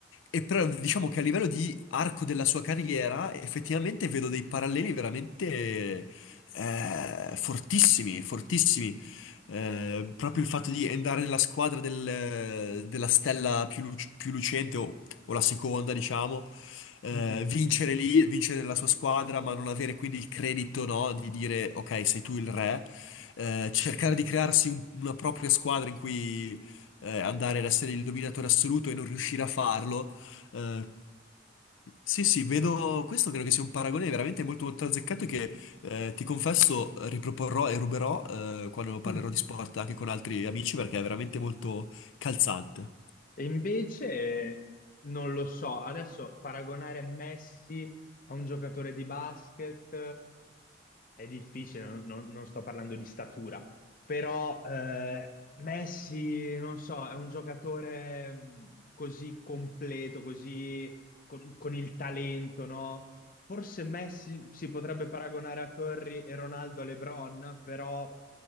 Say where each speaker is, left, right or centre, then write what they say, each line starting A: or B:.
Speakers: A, on the left (about 80°); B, on the left (about 45°).
A: E però diciamo che a livello di arco della sua carriera effettivamente vedo dei paralleli veramente eh, fortissimi, fortissimi. Eh, proprio il fatto di andare nella squadra del- della stella più, lu- più lucente o, o la seconda, diciamo, eh,
B: mhm.
A: vincere lì, vincere nella sua squadra, ma non avere quindi il credito, no, di dire ok, sei tu il re. Eh, cercare di crearsi un- una propria squadra in cui eh, andare ad essere il dominatore assoluto e non riuscire a farlo. Eh, sì, sì, vedo questo credo che sia un paragone veramente molto molto azzeccato che eh, ti confesso, riproporrò e ruberò eh, quando parlerò
B: Mm.
A: di sport anche con altri amici perché è veramente molto calzante.
B: E invece non lo so, adesso paragonare Messi a un giocatore di basket È difficile, non, non- non sto parlando di statura, però eh, Messi, non so, è un giocatore mh, così completo, così con, con il talento, no? Forse Messi si potrebbe paragonare a Curry e Ronaldo a LeBron, però